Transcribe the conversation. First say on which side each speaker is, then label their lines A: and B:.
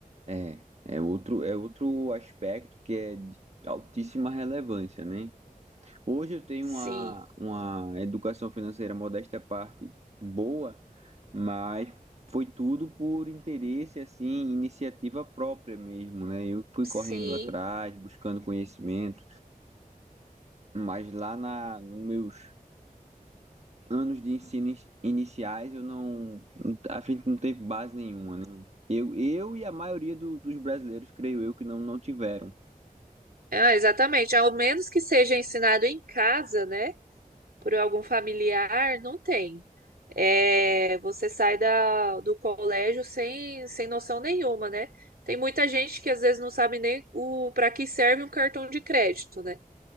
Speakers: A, on the right (about 45°); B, on the right (about 85°).
A: É, é outro, é outro aspecto que é de altíssima relevância, né? Hoje eu tenho
B: Sim,
A: uma, uma educação financeira modesta à parte boa, mas foi tudo por interesse, assim, iniciativa própria mesmo, né? Eu fui
B: sim.
A: correndo atrás, buscando conhecimento, Mas lá na, nos meus anos de ensino in- iniciais, eu não, não- a gente não teve base nenhuma, né? Eu, eu e a maioria do- dos brasileiros, creio eu, que não, não tiveram.
B: Ah, exatamente. Ao menos que seja ensinado em casa, né? por algum familiar, não tem. É, você sai da, do colégio sem, sem noção nenhuma, né? Tem muita gente que às vezes não sabe nem o para que serve um cartão de crédito, né?